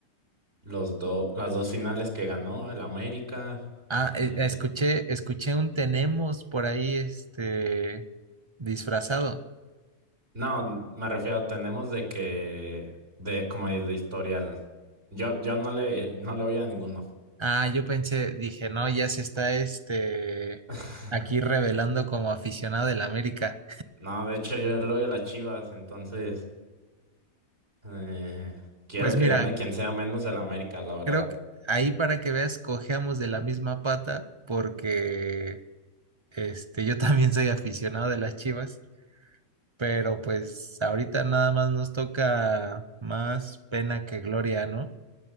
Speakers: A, on the right; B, on the right.
A: los dos las dos finales que ganó el América,
B: Ah,
A: eh,
B: e- escuché, escuché un tenemos por ahí, este, disfrazado.
A: No, me refiero, tenemos de que, de, como de, de historial. Yo, yo no le, no le voy a ninguno.
B: Ah, yo pensé, dije, no, ya se está, este,
A: <laughs>
B: aquí revelando como aficionado del América.
A: No, de hecho yo le voy a las Chivas, entonces eh, quiero
B: Pues
A: que
B: mira,
A: gane quien sea menos el América, la verdad.
B: creo que ahí para que veas, cojeamos de la misma pata, porque, este, yo <laughs> también soy aficionado de las Chivas, pero pues ahorita nada más nos toca más pena que gloria, ¿no?